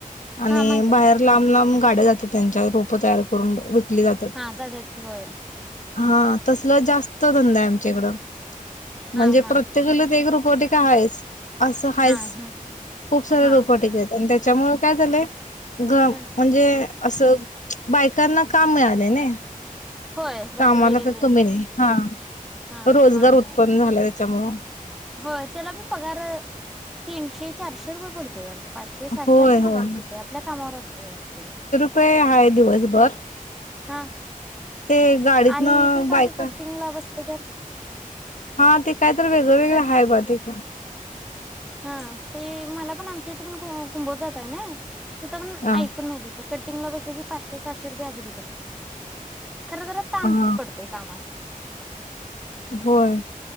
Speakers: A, on the left; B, in the centre.
A: आणि
B: हा माहित आहे
A: बाहेर
B: की
A: लांब लांब गाड्या जातात त्यांच्या रोपं तयार करून विकली जातात.
B: हा जातात की. होय.
A: हा तसला जास्त धंदा आहे आमच्या इकड म्हणजे
B: हा हा
A: प्रत तेक गल्लीत एक रोपवाटिका आहेच असं हायस.
B: हा हा
A: खूप सारे
B: हा
A: रोपवाटिका हायत आणि त्याच्यामुळे काय झालंय. घम
B: हा
A: म्हणजे असं बायकांना काम मिळालय नाही.
B: होय बाय
A: कामाला
B: लेडीज
A: काही कमी नाही. हा
B: हा
A: पण रोजगार
B: काम
A: उत्पन्न
B: मिळालं
A: झाला त्याच्यामुळं.
B: होय. त्याला बी पगार तीनशे, चारशे रुपये पडतय वाढतं. पाचशे, सहाशे
A: होय
B: असं
A: होय
B: पगार पडतोय. आपल्या कामावर असते वाटत.
A: ते हाय दिवसभर.
B: हा
A: ते गाडीतनं
B: आणि इथे काय
A: बायका
B: तर कटिंग ला बसलं तर,
A: हा ते काय तर वेगळं वेगळं
B: कट
A: आहे बा ते पण.
B: हा. ते मला पण आमच्या इथे पण कुंभोजात आहे नाही. तिथं पण
A: हा
B: ऐकून माहित होत कट टिंगला बसले की पाचशे, सहाशे रुपये हजरी पडतिया. खर जरा
A: हा.
B: ते कामाच
A: होय.